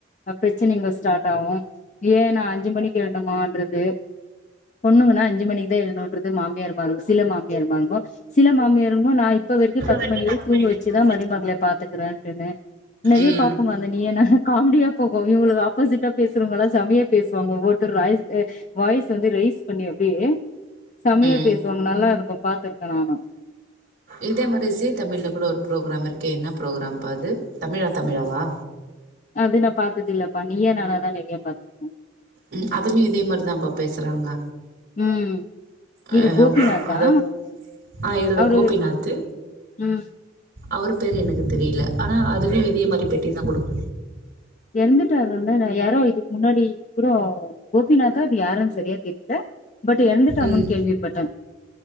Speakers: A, on the left; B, on the right.
A: அ ப்ரச்சனைங்க ஸ்டாட் ஆகு ஏ நா அஞ்சி மணிக் எழ்ந்தமான்றது பொண்ணுங்கன்னா அஞ்சு மணிக் தா எழுந்தோன்றது மாமியா இரும்பாரு சில மாமியார்மாங்கோ சில மாமியாருங்கொ நா இப்ப வர்க்கி பத்து
B: வரைக்கும்
A: மணி வரைய்
B: பாஸ்
A: தூங்க
B: பண்ணிருக்கே
A: வச்சுதா மருமக்ள பாத்துக்குறேன்ட்டுன்னு நறிய
B: ம்
A: பாப்போங்க அந்த நீ நாஹ காம்டியா போகு இவ்ங்களு ஆப்போசிட்டா பேஸ்ருங்களா சமையா பேஸ் வாங்க ஒருவத்தர் ராய்ஜ் ஏ வாய்ஸ் வந்து ரேய்ஸ் பண்ணி அப்டியே சமையா
B: ம்
A: பேசுவாங்க நல்லா இருக்கு பாத்துர்க்கே ஆமா
B: இதே மாரி சி தமிழ்ல கூட ஒரு ப்ரோக்ராம் இருக்கே என்ன ப்ரோக்ராம் பா அது தமிழா தமிழாவா
A: அது நா பாத்ததில்லப்பா நீயா நானா தா நெற்யா பாத் உ
B: ம் அதுலயு இதே மார் தாம்ப்பா பேசுறாங்க
A: உம்
B: அ
A: இது கோபிநாத்தா
B: அத ஆ இதுல
A: அவரு
B: கோபிநாத்து
A: ம்
B: அவரு பேரு எனக்கு தெரிய்ல ஆனா அதுல்யு இதே மாரி பேட்டி தா கொடுக்
A: யற்ந்துட்டாரு இந்தா நா யாரோ இதுக் முன்னாடி குறோ கோபிநாத்தோ அது யாரன் சரியா திட்ட பட் யறந்துட்டாங்கன்
B: ம்
A: கேள்விப்பட்ட